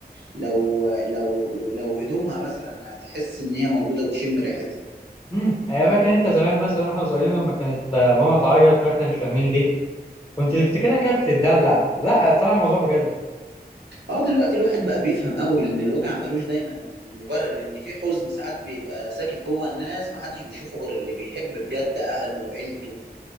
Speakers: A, on the right; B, on the left.
A: لو لو لو هدومها مثلا هتحس إن هي موجودة وتشم ريحتها
B: امم انا فاكر انت زمان مثلا واحنا صغيرين لما كانت آه، ماما تعيط واحنا مش فاهمين ليه كنت تفتكرها كده بتتدلع لا طلع الموضوع بجد
A: اه دلوقتي الواحد بقى بيفهم قوي إن الوجع ملوش دايما يعني مبرر إن في حزن ساعات بيبقى ساكت جوه الناس محدش بيشوفه غير اللي بيحب بجد أهله وعيلته